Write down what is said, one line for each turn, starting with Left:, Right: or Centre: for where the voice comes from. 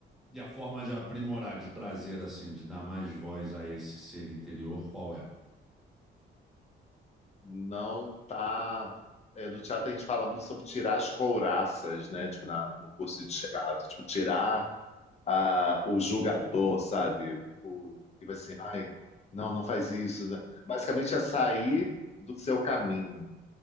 Centre: e a forma de aprimorar, de trazer assim, de dar mais voz a esse ser interior, qual é?
Left: não tá. é, no teatro a gente fala muito sobre tirar as couraças, né? Tipo, na, no curso de teatro, tipo, tirar a, o julgador, sabe? O que vai assim, ai, não, não faz isso. né? Basicamente é sair do seu caminho